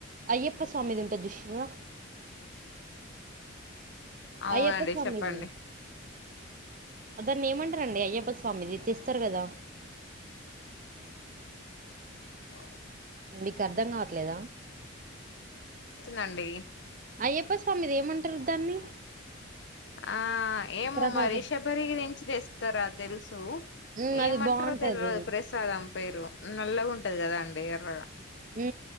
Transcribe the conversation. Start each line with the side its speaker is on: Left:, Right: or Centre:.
Right: అయ్యప్ప స్వామిది ఉంటాది చూసిర్రా
Left: అవునండి
Right: అయ్యప్ప స్వామిది
Left: చెప్పండి
Right: అదాన్ని ఏమంటనండి అయ్యప్ప స్వామిది తెస్తారు కదా
Left: అ
Right: మీకు అర్ధం కావట్లేదా
Left: నండి
Right: అయ్యప్ప స్వామిది ఏమంటారు దాన్ని
Left: ఆ ఏమో
Right: ప్రసాదం
Left: మరి శబరిరి నుంచి తెస్తారా తెలుసు
Right: ఉమ్
Left: ఏమంటారో
Right: అది బాగుంటది
Left: తెలియదు ప్రసాదం పేరు నల్లగా ఉంటది కదా అండి ఎర్ర
Right: ఉ